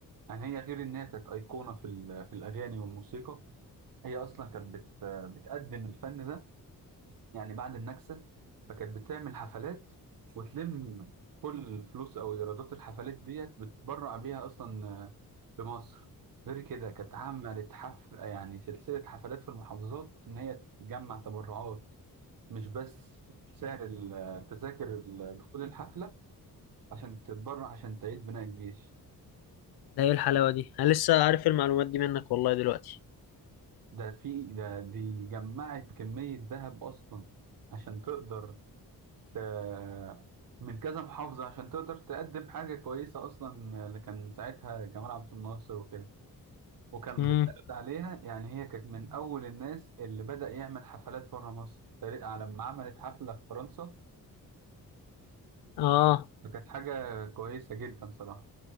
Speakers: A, on the right; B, on the left.
A: يعني هي غير انها كانت ايقونه في ال- في الاغاني والموسيقى هي اصلا كانت بت آه، بتقدم الفن ده يعني بعد النكسة فكانت بتعمل حفلات وتلم كل الفلوس أو إيرادات الحفلات ديت بتبرع بيها أصلا آه، لمصر غير كده كانت عملت حفل يعني سلسلة حفلات في المحافظات إن هي تجمع تبرعات مش بس سعر التذاكر ال- دخول الحفلة عشان تتبرع عشان تعيد بناء الجيش
B: ده ايه الحلاوة دي انا لسه عارف المعلومات دي منك والله دلوقتي
A: ده في ده دي جمعت كمية ذهب أصلا عشان تقدر آه، من كذا محافظة عشان تقدر تقدم حاجة كويسة أصلا آه، اللي كان ساعتها جمال عبد الناصر وكده وكان
B: امم
A: بيتعرض عليها يعني هي كانت من أول الناس اللي بدأ يعمل حفلات بره مصر تقريبا على لما عملت حفلة في فرنسا
B: اه
A: فكانت حاجة كويسة جدا صراحة